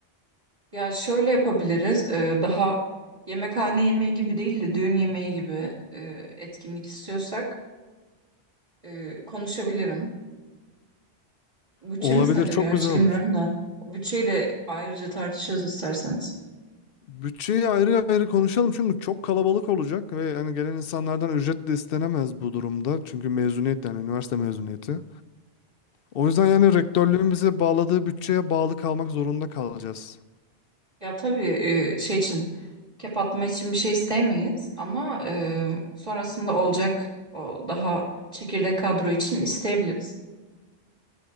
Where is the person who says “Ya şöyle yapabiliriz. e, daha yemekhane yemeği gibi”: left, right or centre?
Right